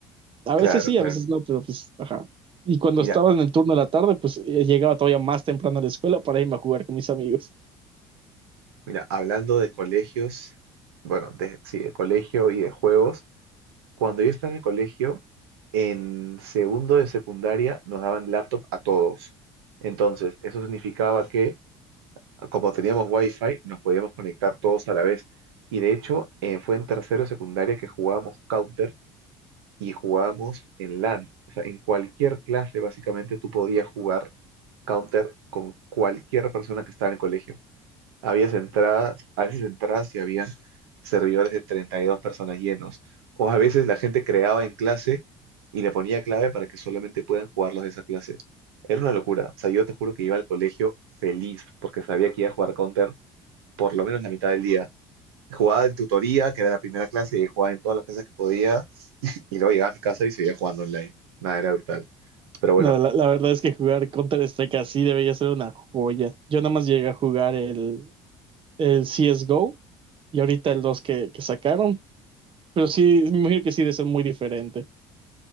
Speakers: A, on the right (about 45°); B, on the right (about 80°).
A: A veces
B: Claro,
A: sí,
B: claro.
A: a veces no, pero pues, ajá. Y cuando
B: Mira,
A: estaba en el turno de la tarde, pues eh, llegaba todavía más temprano a la escuela para irme a jugar con mis amigos.
B: mira, hablando de colegios, bueno, de, sí, de colegio y de juegos. Cuando yo estaba en el colegio, en segundo de secundaria nos daban laptop a todos. Entonces, eso significaba que, como teníamos wifi, nos podíamos conectar todos a la vez. Y de hecho, eh, fue en tercero de secundaria que jugábamos Counter y jugábamos en LAN. O sea, en cualquier clase, básicamente, tú podías jugar Counter con cualquier persona que estaba en el colegio. Habías entradas, a veces entradas y había servidores de 32 personas llenos. O a veces la gente creaba en clase y le ponía clave para que solamente puedan jugar los de esa clase. Era una locura. O sea, yo te juro que iba al colegio feliz porque sabía que iba a jugar Counter por lo menos la mitad del día. Jugaba en tutoría, que era la primera clase, y jugaba en todas las clases que podía, y luego llegaba a mi casa y seguía jugando online. Nada, era brutal. Pero bueno,
A: No, la, la verdad es que jugar Counter-Strike así debería ser una joya. Yo nada más llegué a jugar el, el CSGO y ahorita el 2 que, que sacaron, Pero sí, me imagino que sí, de ser muy diferente.